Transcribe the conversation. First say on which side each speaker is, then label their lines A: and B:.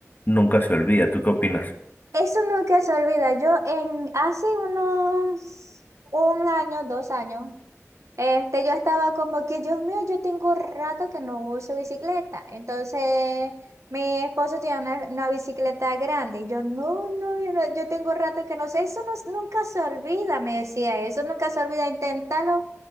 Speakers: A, on the left; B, on the right.
A: nunca se olvida. ¿Tú qué opinas?
B: eso nunca se olvida. Yo en hace unos un año, dos años. Este, yo estaba como que, Dios mío, yo tengo rato que no uso bicicleta. Entonces, mi esposo tiene una, una bicicleta grande. Y yo, no, no, yo no, yo tengo rato que no sé. Eso no- nunca se olvida, me decía eso, nunca se olvida, inténtalo